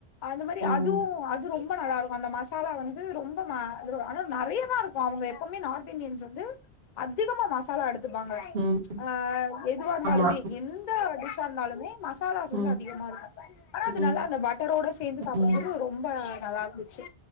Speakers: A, on the left; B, on the right.
A: அந்த மாரி
B: ம்,
A: அதுவு அது ரொம் ரெம்பா நல்லாருக்கு அந்த மசாலா வந்து ரொம்ப <unintelligible> நெறையதா இருக்கு அவுங்க எப்வுமே நார்த் இந்தியன்ஸ் வந்து அதிகமா மசாலா எடுத் பாங்க
B: ம்.
A: ஆ எதுவா இருந்தாலுமே
B: ஆமா.
A: என் எந்த டிஷ்ஷா இருந்தாலுமே மசாலாஸ்
B: ம்,
A: வந்து அதிகமா இருக்கு ஆனா
B: ம்,
A: அது நல்லா அந்த பட்டரோட சேர்ந்து சாப்பிடுபோது
B: ம்,
A: ரொம்ப நல்லாருந்துச்சு